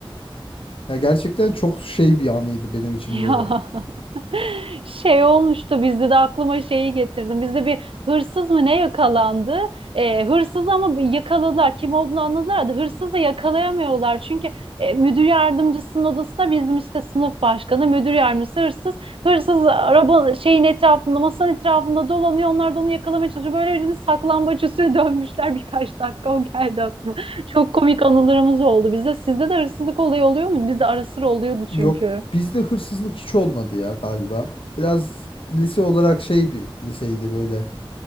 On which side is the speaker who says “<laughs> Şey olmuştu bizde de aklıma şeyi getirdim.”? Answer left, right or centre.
Right